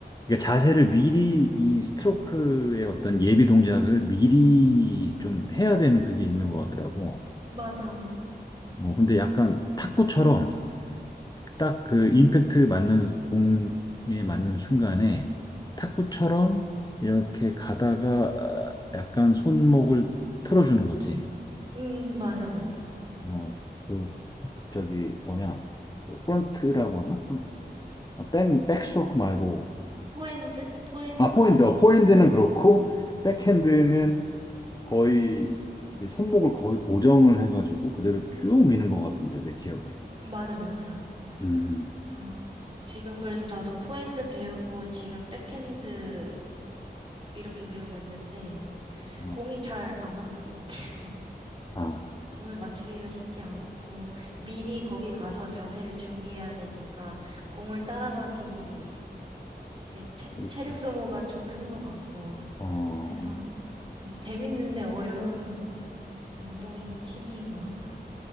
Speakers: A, on the left; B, on the right.
A: 이게 자세를 미리 이 스트로크의 어떤 예비 동작을 미리 좀 해야 되는 그게 있는 것 같더라고.
B: 맞아.
A: 뭐 근데 약간 탁구처럼 딱 그 임팩트 맞는 공에 맞는 순간에 탁구처럼
B: 응
A: 이렇게 가다가 약간 손목을 틀어주는 거지.
B: 음, 맞아, 맞아.
A: 어, 그 저기 뭐냐? 그 프런트라고 하나? 아, 백, 백스트로크 말고.
B: 포핸드? 포핸드?
A: 아, 포핸드. 어, 포핸드는 그렇고, 백핸드는
B: 음.
A: 거의, 이제 손목을 거의 고정을 해가지고 그대로 쭉 미는 것 같은데, 내 기억에.
B: 맞아, 맞아.
A: 음,
B: 어, 지금 그래서 나도 포핸드 배우고 지금 백핸드 이렇게 배우고 있는데
A: 음.
B: 공이
A: 어,
B: 잘 안 맞는 것 같아. <laughs>
A: 아,
B: 공을 맞추기가 쉽지 않고 미리 거기 가서 자세를 준비해야 되니까 공을 따라가기에 체,
A: 그렇지.
B: 체력 소모가 좀 큰 것 같고
A: 어,
B: 해서 음, 재밌는데 어려운 운동이 진짜 취미인 것 같아.